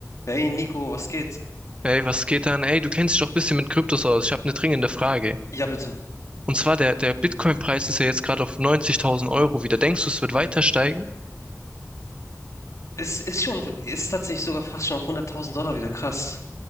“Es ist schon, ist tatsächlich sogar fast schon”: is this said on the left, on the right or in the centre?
Left